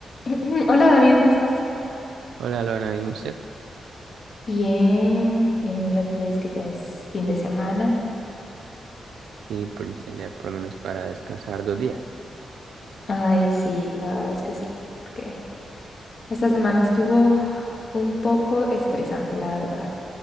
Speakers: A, on the left; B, on the right.
A: <clears throat> Hola David, ¿cómo estás?
B: Hola, Lorna Bimset.
A: Bien, eh, gracias a Dios que ya es fin de semana.
B: Y por- sería por lo menos para descansar dos días.
A: Ay, sí, la verdad es que sí, porque esta semana estuvo un poco estresante, la verdad.